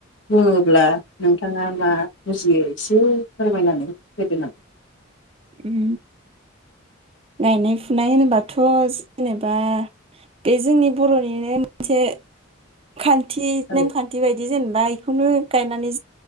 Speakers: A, on the left (about 60°); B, on the right (about 30°).
A: बुङोब्ला नोंथाङा मा बुजियो एसे फोरमायनानै होदो नाम
B: उम गायनाय फुनाय होनोबाथ' जेनेबा बे जोंनि बर'निनो मोनसे खान्थि
A: औ
B: नेमखान्थि बायदि जेनेबाय खौनो गायनानै